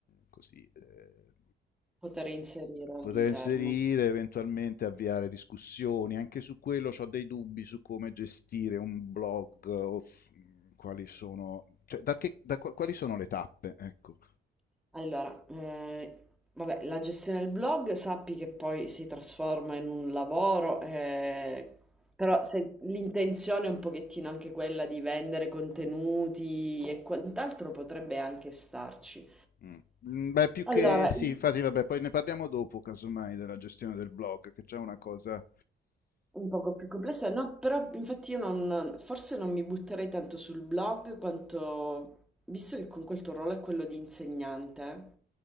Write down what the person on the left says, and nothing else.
così eh,
poter inserire, eventualmente avviare discussioni. Anche su quello ho dei dubbi su come gestire un blog o quali sono, cioè, da che- da qua- quali sono le tappe, ecco.
Mm. Mm, Beh, più
che sì,
infatti, vabbè, poi ne parliamo dopo, casomai, della gestione del blog, che è già una cosa...